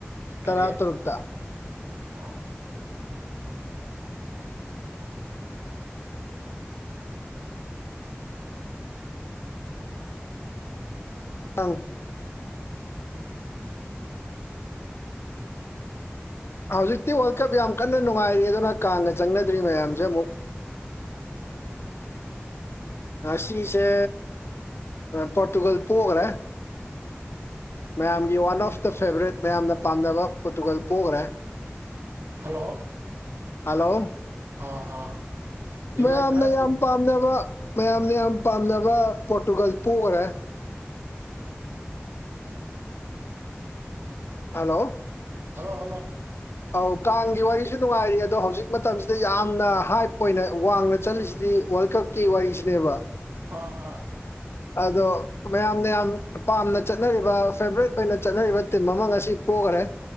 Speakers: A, on the right; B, on the left.
A: ꯇꯔꯦꯠ
B: ꯇꯔꯥ ꯇꯔꯨꯛꯇ
A: ꯀꯣ ꯑꯣ ꯎꯝ
B: ꯑꯥꯎ
A: ꯑꯥ
B: ꯍꯧꯖꯤꯛꯇꯤ ꯋꯥꯔꯜꯗ ꯀꯞ ꯌꯥꯝ ꯀꯟꯅ ꯅꯨꯡꯉꯥꯏꯔꯦ ꯑꯗꯨꯅ ꯀꯥꯡꯒ ꯆꯪꯅꯗ꯭ꯔꯤ ꯃꯌꯥꯝꯁꯦ ꯑꯃꯨꯛ ꯁꯤꯁꯦ ꯄꯣꯔꯇꯨꯒꯜ ꯄꯣꯛꯈ꯭ꯔꯦ ꯃꯌꯥꯝꯒꯤ ꯋꯥꯟ ꯑꯣꯐ ꯗ ꯐꯦꯕꯣꯔꯥꯏꯠ ꯃꯌꯥꯝꯅ ꯄꯥꯝꯅꯕ ꯄꯣꯇꯨꯒꯜ ꯄꯣꯛꯈ꯭ꯔꯦ
A: ꯍꯜꯂꯣ
B: ꯍꯜꯂꯣ
A: ꯑꯥ ꯑꯥ ꯖꯨꯂꯥꯏ
B: ꯃꯌꯥꯝꯅ
A: ꯇꯔꯥ ꯇꯔꯨꯛ
B: ꯌꯥꯝ ꯄꯥꯝꯅꯕ ꯃꯌꯥꯝꯅ ꯌꯥꯝ ꯄꯥꯝꯅꯕ ꯄꯣꯔꯇꯨꯒꯜ ꯄꯣꯛꯈ꯭ꯔꯦ ꯍꯜꯂꯣ
A: ꯍꯜꯂꯣ ꯍꯜꯂꯣ
B: ꯑꯧ ꯀꯥꯡꯒꯤ ꯋꯥꯔꯤꯁꯨ ꯅꯨꯡꯉꯥꯏꯔꯤ ꯑꯗꯣ ꯍꯧꯖꯤꯛ ꯃꯇꯝꯁꯤꯗ ꯌꯥꯝꯅ ꯍꯥꯏꯞ ꯑꯣꯏꯅ ꯋꯥꯡꯅ ꯆꯠꯂꯤꯁꯤꯗꯤ ꯋꯥꯔꯜ ꯀꯞ ꯀꯤ ꯋꯥꯔꯤꯁꯤꯅꯦꯕ
A: ꯑꯥ ꯑꯥ
B: ꯑꯗꯣ ꯃꯌꯥꯝꯅ ꯌꯥꯝ ꯄꯥꯝꯅ ꯆꯠꯅꯔꯤꯕ ꯐꯦꯕꯣꯔꯥꯏꯠ ꯑꯣꯏꯅ ꯆꯠꯅꯔꯤꯕ ꯇꯤꯝ ꯑꯃ ꯉꯁꯤ ꯄꯈ꯭ꯔꯦ